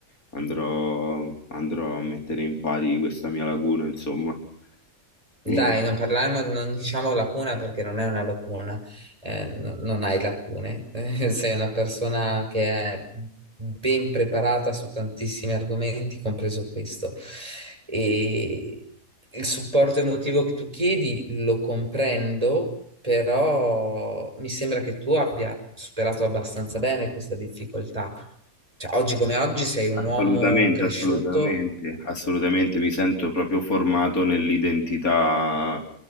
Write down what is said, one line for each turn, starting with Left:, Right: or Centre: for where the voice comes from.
Left: andrò, andrò a mettere in pari questa mia lacuna, insomma.
Right: Dai,
Left: E,
Right: non parliamo, non diciamo lacuna perché non è una lacuna, eh, no- non hai lacune, <laughs> eh, sei una persona che è ben preparata su tantissimi argomenti, compreso questo. E il supporto emotivo che tu chiedi lo comprendo, però mi sembra che tu abbia superato abbastanza bene questa difficoltà. Cioè, oggi come oggi sei un
Left: Assolutamente,
Right: uomo cresciuto
Left: assolutamente, assolutamente mi sento proprio formato nell'identità